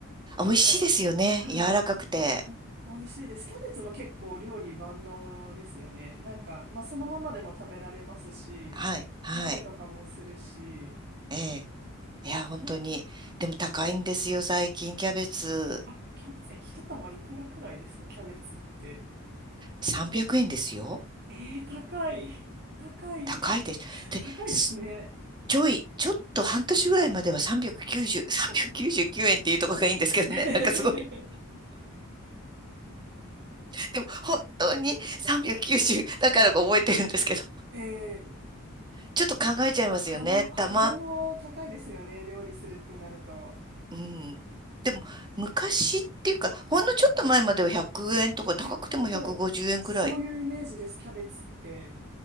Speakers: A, on the right; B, on the right.
A: あとは、
B: 美味しいですよね。
A: はい。
B: 柔らかくて。
A: あ、美味しいです。キャベツも結構料理万能ですよね。なんか、まあそのままでも食べられますし、
B: はい、はい。
A: 鍋とかもするし、
B: ええ。いや、本当に。でも高いんですよ、最近。キャベツ。
A: あ、キャベツ、え、一玉いくらくらいですか、キャベツって。
B: 300円ですよ。
A: えー、高い。高い。
B: 高いです。で、
A: 高いですね。
B: すちょい、ちょっと半年ぐらいまでは390、399円っていうところがいいんですけどね。
A: <laughs>
B: なんかすごいでも本当に390だからか覚えてるんですけど、
A: ええ
B: ちょっと考えちゃいますよね。
A: えー、葉も、葉物高いですよね、
B: たま、
A: 料理するってなると。
B: うん。でも昔っていうか、ほんのちょっと前までは100円とか高くても150円くごじゅうえんくらい
A: いや、もう、そういうイメージです、キャベツって。